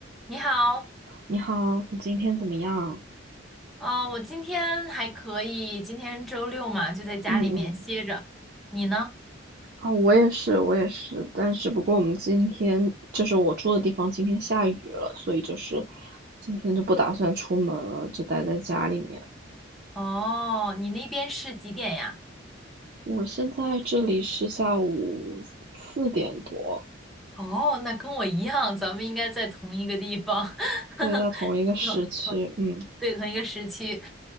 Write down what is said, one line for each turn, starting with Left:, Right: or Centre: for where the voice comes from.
Centre: 你好，
Right: 你好，你今天怎么样？
Centre: 呃，我今天还可以，今天周六嘛，就在家里面歇着。
Right: 嗯嗯，
Centre: 你呢？
Right: 啊，我也是，我也是，但只不过我们今天就是我住的地方今天下雨了，所以就是今天就不打算出门了，就待在家里面。
Centre: 哦，你那边是几点呀？
Right: 我现在这里是下午四点多，
Centre: 哦，那跟我一样，咱们应该在同一个地方，
Right: 对，在同一个时区，
Centre: <laughs> 同
Right: 嗯
Centre: 对，同一个时区。